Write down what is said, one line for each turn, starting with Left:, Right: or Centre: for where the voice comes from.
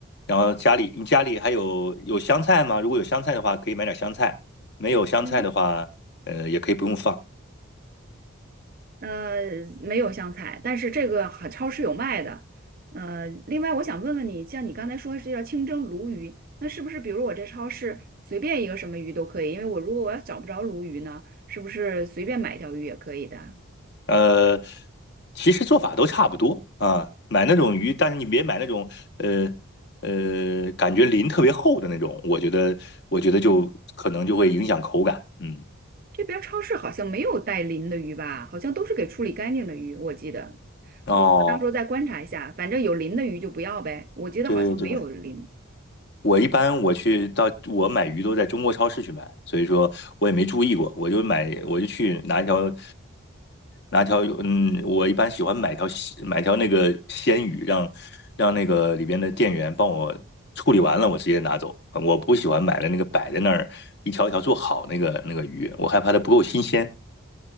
Left: 然后家里你家里还有有香菜吗？如果有香菜的话，可以买点香菜；没有香菜的话，
Right: 嗯，
Left: 呃，也可以不用放。
Right: 呃，没有香菜，但是这个好超市有卖的。呃，另外我想问问你，像你刚才说是叫清蒸鲈鱼，那是不是比如我这超市随便一个什么鱼都可以？因为我如果我要找不着鲈鱼呢，是不是随便买一条鱼也可以的？
Left: 呃，其实做法都差不多啊。买那种鱼，但是你别买那种呃呃感觉鳞特别厚的那种，我觉得我觉得就可能就会影响口感。嗯，
Right: 这边儿超市好像没有带鳞的鱼吧？好像都是给处理干净的鱼，我记得。
Left: 哦，
Right: 我我到时候再观察一下，反正有鳞的鱼就不要呗。我觉得好像没有鳞。
Left: 对对对，我一般我去到我买鱼都在中国超市去买，所以说我也没注意过，我就买我就去拿一条拿条嗯，我一般喜欢买条鲜买条那个鲜鱼，让让那个里边的店员帮我处理完了，我直接拿走。嗯我不喜欢买了那个摆在那儿一条一条做好那个那个鱼，我害怕它不够新鲜。